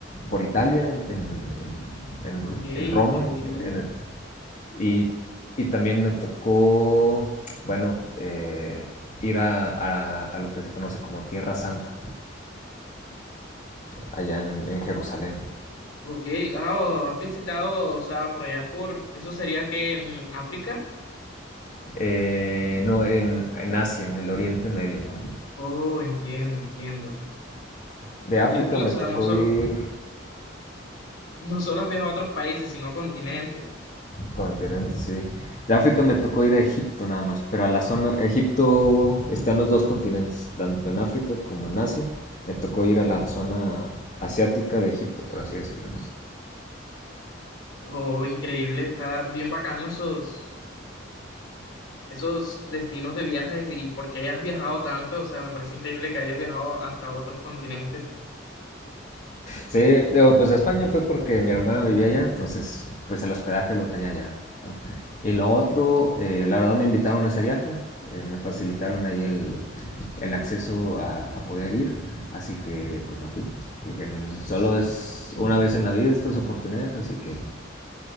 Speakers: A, on the left; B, on the left.
A: por Italia, en, en, en,
B: Ok, increíble.
A: en Roma, en el- y, y también me tocó, bueno, eh, ir a, a- a lo que se conoce como Tierra Santa, allá en, en Jerusalén.
B: Ok, ah, oh, has visitado, o sea, por allá por, ¿eso sería que en África?
A: Eh, no, en, en Asia, en el Oriente Medio. ¿no?
B: Oh, entiendo, entiendo.
A: De
B: Increíble,
A: África me
B: o sea,
A: tocó
B: no solo,
A: ir
B: no solo has viajado a otros países, sino continentes.
A: Continente, sí. De África me tocó ir a Egipto nada más, pero a la zona, Egipto está en los dos continentes, tanto en África como en Asia. Me tocó ir a la zona asiática de Egipto, por así decirlo.
B: Oh, increíble, está bien bacano esos, esos destinos de viajes y porque has viajado tanto, o sea, me parece increíble que hayas viajado hasta otros continentes.
A: Sí, digo, pues a España fue porque mi hermana vivía allá, entonces pues el hospedaje lo tenía allá. ¿no? Y lo otro, eh, la verdad me invitaron a ese viaje, eh, me facilitaron ahí el, el acceso a, a poder ir, así que pues me fui. Dije, solo es una vez en la vida estas oportunidades, así que